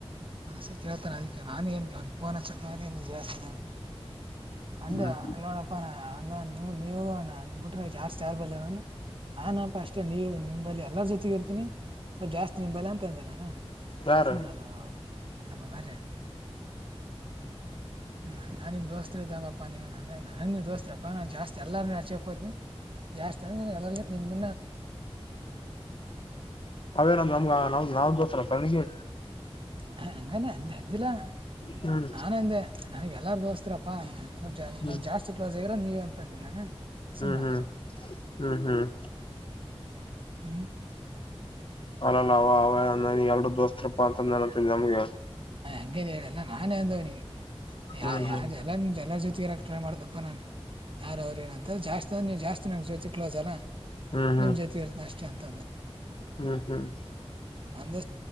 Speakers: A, on the right; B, on the left.
A: ಸಳ್ತ ಅದ ನಾನೇ ಅವನಿಗೆರ ಜಾಸ್ತಿ ಅಂತ
B: ಹ್ಮ್
A: ನನ್ನೋಡಪ್ಪ ಅಂದ ನಿ ನೀವು ಬಿಟ್ಟಜಾಸ್ತಿ ಆಬ ನಾನ್ಪಾ ಅಷ್ಟೇ ನೀ ನಿಮ್ಲ್ಎಲ್ಲರ ಜೊತೆಗೆಗ ಇರ್ತೀನಿ ಸ್ವಲ್ಪ ಜಾಸ್ತಿ ಬೈಲ ಅಂತ ಇ್ದ ನಾನ
B: ಯಾರು
A: ಸು ನದು ಹ ಬಾರಿ
B: ಹ
A: ನಾನ ನಿಮ ದೋಸ್ರು ಇದಂಗಪ್ಪ ನೀವ ಅಂದ ನ ದೋಸ್ತಪ್ಪ ನಾನು ಜಾಸ್ತಿ ಎಲ್ಲಾರು ಹಚಕಕ್ ಹೋನಿ ಜಾಸ್ತಿ ಅಂದ್ರೆ ಎಲ್ಲರಿಗ ನಿಮ
B: ಅವೇನ್ರ ನಮ್ಗ ನಮ್ದ ನಾವ ದೋಸ ಎಲ್ಲ ಕನಗೆ
A: ಹಾ ಹಂಗಾನ ಹಂದೆ ಅಂದಿಲ್ಲ
B: ಹ್ಮ್
A: ನಾನು ಹಂದೆ ನನಗೆ ಎಲ್ಲಾರ ದೋಸ್ತಪ್ಪಾ ಸ್ವಲ್ಪ ಜ
B: ಹ್ಮ್
A: ನ ಜಾಸ್ತಿ ಕ್ಲೋಸ್ ಆಗಿರೋ ನೀವ ಅಂತಂದಿ ನಾನ ಸುಮ್ಮದವರು
B: ಹ್ಮ್ ಹ್ಮ್ ಹ್ಮ್ ಹ್ಮ್
A: ಹ್ಮ
B: ಅಲ್ಲಲ್ಲ ಅವ ಅವ ನ ಎರಡು ದೋಸ್ತರಪ್ಪಾ ಅಂತ ನಂತ ನಮ್ಗೆ
A: ಹ ಹಂಗೇನ್ ಹೇಳಿ ಎಲ್ಲ ನಾನೇ ಅಂದವ್ನಿಗೆ
B: ಹ್ಮ್
A: ಯ ಯಾರ
B: ಹ್ಮ್
A: ಎಲ್ಲ ಎರ ಜೊತೆಗೆ ಇರಕ್ ಟ್ರ ಮಾಡ್ದ ಪ್ಪ ನಾನು ಯಾರ ಅವ್ರ ನ ಅಂತ ಜಾಸ್ತಿ ಅ ನೀವು ಜಾಸ್ತಿ ನನ ಜ್ಯೋತಿ ಕ್ಲೋಸ್ ಅಲ್ಲ
B: ಹ್ಮ್ ಹ್ಮ್
A: ನಿಮ್ ಜೊತೆ ಇರ್ತನ ಅಷ್ಟೇ ಅಂತಾನೆ
B: ಹ್ಮ್ ಹ್ಮ್
A: ಅಂದ